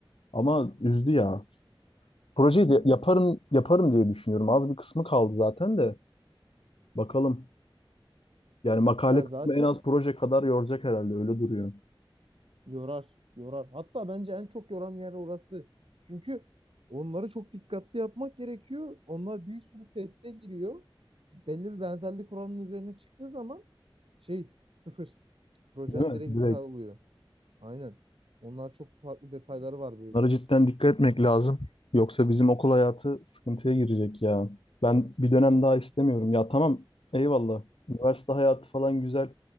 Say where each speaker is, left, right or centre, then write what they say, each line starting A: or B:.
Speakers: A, on the left; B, on the right.
A: Ama üzdü ya. Projeyi
B: Hmm.
A: de yaparım, yaparım diye düşünüyorum. Az bir kısmı kaldı zaten de. Bakalım. Yani makale
B: Ya
A: kısmı
B: zaten
A: en az proje kadar yoracak herhalde. Öyle duruyor.
B: yorar, yorar. Hatta bence en çok yoran yer orası. Çünkü onları çok dikkatli yapmak gerekiyor. Onlar bir sürü teste giriyor. Belli bir benzerlik oranının üzerine çıktığı zaman şey sıfır. Projen
A: Değil mi?
B: direkt
A: Direkt.
B: iptal oluyor. Aynen. Onlar çok farklı detayları var böyle.
A: Bunlara cidden dikkat etmek lazım. Yoksa bizim okul hayatı sıkıntıya girecek ya. Ben bir dönem daha istemiyorum. Ya tamam eyvallah. Üniversite hayatı falan güzel.